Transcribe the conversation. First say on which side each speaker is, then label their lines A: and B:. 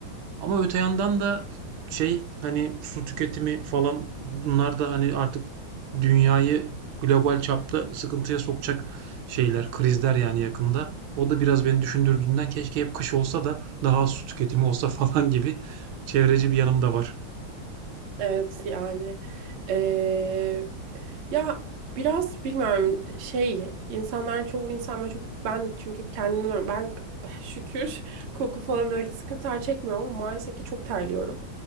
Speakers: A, on the right; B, on the right.
A: Ama öte yandan da şey hani su tüketimi falan bunlar da hani artık dünyayı global çapta sıkıntıya sokacak şeyler, krizler yani yakında. O da biraz beni düşündürdüğünden keşke hep kış olsa da daha az su tüketimi olsa <laughs> falan gibi çevreci bir yanım da var.
B: Evet yani. Ee, Ya biraz bilmiyorum şey insanların çoğu insan ve çok ben çünkü kendimden örnek- ben <laughs> şükür koku falan öyle sıkıntılar çekmiyorum ama maalesef ki çok terliyorum.